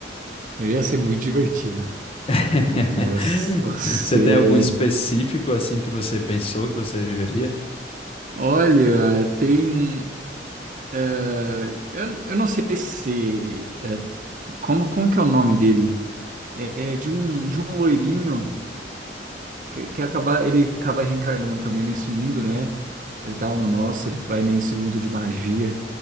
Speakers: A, on the right; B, on the left.
A: eu ia ser muito divertido.
B: <laughs>
A: É, você, você-
B: Você tem algum específico assim que você pensou que você viveria?
A: olha, tem. é, eu, eu não sei se. Como, como que é o nome dele? É de um, de um loirinho. que, que acaba, ele acaba reencarnando também nesse mundo, né? Ele tá no nosso, ele vai nesse mundo de magia